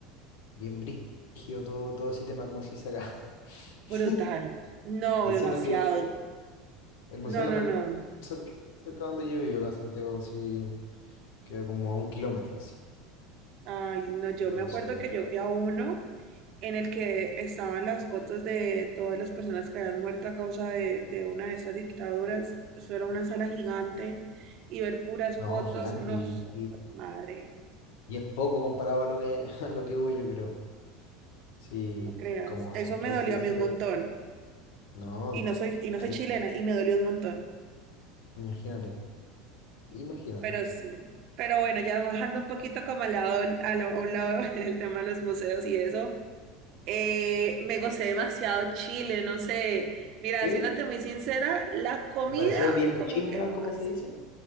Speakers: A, on the left; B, on the right.
A: bien brígido todo, todo ese tema, como se dice acá.
B: Brutal.
A: <laughs>
B: No,
A: Y
B: demasiado.
A: siendo que el Museo
B: No,
A: de
B: no,
A: la
B: no.
A: sea, que cerca donde yo vivo, acá en Santiago, sí, queda como a un kilómetro así.
B: Ay, no, yo
A: Entonces,
B: me acuerdo que yo fui a uno en el que estaban las fotos de todas las personas que habían muerto a causa de, de una de esas dictaduras. Eso era una sala gigante y ver puras
A: no,
B: fotos,
A: gigante
B: no,
A: y,
B: so-
A: y-
B: madre,
A: y es poco comparado a lo que, <laughs> a lo que voy, yo creo. Sí,
B: no creas.
A: como
B: Eso
A: siempre
B: me dolió
A: se dice,
B: a mí un montón.
A: no,
B: Y no soy, y no
A: triste,
B: soy chilena y me dolió un montón.
A: imagínate, imagínate.
B: Pero sí. Pero bueno, ya bajando un poquito como al lado, a, lo- a un lado <laughs> el tema de los museos y eso. Eh, me gocé demasiado Chile, no sé. Mira,
A: ¿Sí?
B: siéndote muy sincera, la comida,
A: ¿Pareció bien
B: como
A: chimba,
B: que nomás.
A: como se dice?